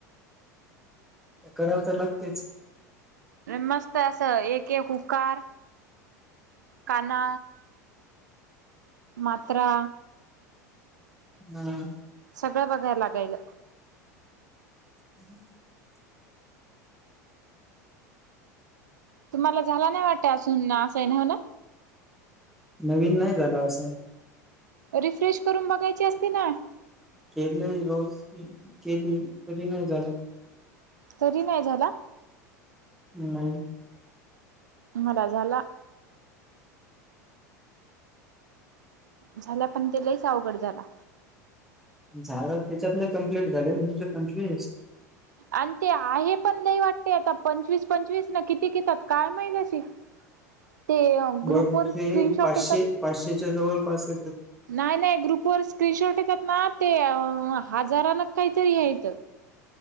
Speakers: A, in the centre; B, on the right (about 80°).
A: कराव तर लागतेच.
B: मस्त असं एका एक ऊकार काना. मात्रा.
A: हम्.
B: सगळं बघायला लागायला.
A: <inaudible>
B: तुम्हाला झाला नाही वाटत अजून असाईन ‌हो ना?
A: नवीन नाही झाला आसाईन.
B: रिफ्रेश करून बघायची असते ना.
A: केलंय रोज केली तरी नाही झालं.
B: तरी नाही झाला.
A: नाही.
B: मला झाला. झाला पण ते लई च अवघड झाला.
A: झाल त्याच्यातले कम्प्लीट झाले तुमचे पंचवीस?
B: आणि ते आहे पण नाही वाटते आता पंचवीस पंचवीस ना किती घेतात काय माहीत शी? ते ग्रुप
A: बघ
B: वर
A: ते
B: स्क्रीनशॉट
A: पाचशे
B: येतात.
A: पाचशेच्या जवळपास येतेत.
B: नाही नाही ग्रुपवर स्क्रीनशॉट येतात ना ते हजारानं काहीतरी हायत.